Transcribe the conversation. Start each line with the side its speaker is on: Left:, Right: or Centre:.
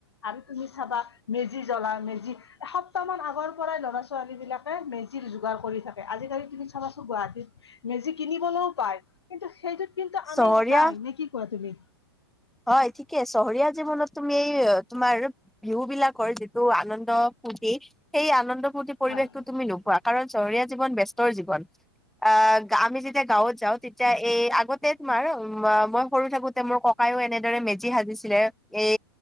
Left: আৰু তুমি চাবা মেজি জ্বলা। মেজি। এসপ্তাহমান আগৰ পৰাই ল'ৰা ছোৱালীবিলাকে মেজিৰ যোগাৰ কৰি থাকে, আজিকালি তুমি চাবাচোঁ গুৱাহাটীত মেজি কিনিবলৈও পায়, কিন্তু সেইটোত কিন্তু
Centre: চহৰীয়া
Left: আমেজ নাই নে কি কোৱা তুমি?
Centre: হয় ঠিকে চহৰীয়া জীৱনত তুমি এই তোমাৰ বিহু বিলাকৰ যিটো আনন্দ ফূৰ্তি সেই আনন্দ ফূৰ্তি পৰিবেশ
Left: হয়
Centre: টো তুমি নোপোৱা, কাৰণ চহৰীয়া জীৱন বেস্ত ৰ জীৱন, আহ আমি যেতিয়া গাঁৱত যাওঁ তেতিয়া এই আগত তোমাৰ মই সৰু থাকোতে মোৰ ক এনেদৰে মেজি সাজিছিলে, এই